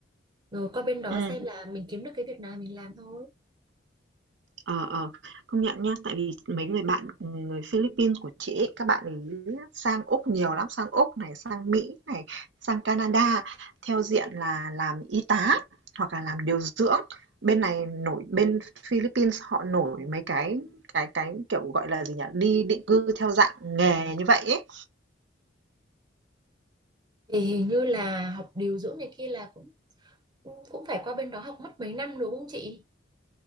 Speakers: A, on the right; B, on the right.
A: rồi qua bên đó
B: Ừ.
A: xem là mình kiếm được cái việc nào mình làm thôi
B: Ờ, ờ, công nhận nhá, tại vì mấy người bạn, người Philippines của chị ấy, các bạn ấy sang Úc nhiều lắm, sang Úc này, sang Mỹ này, sang Canada theo diện là làm y tá hoặc là làm điều dưỡng. Bên này nổi bên Philippines họ nổi mấy cái cái cái, kiểu, gọi là gì nhỉ, đi định cư theo dạng nghề như vậy ấy.
A: thì hình như là học điều dưỡng này kia là cũng cũng phải qua bên đó học mất mấy năm đúng không chị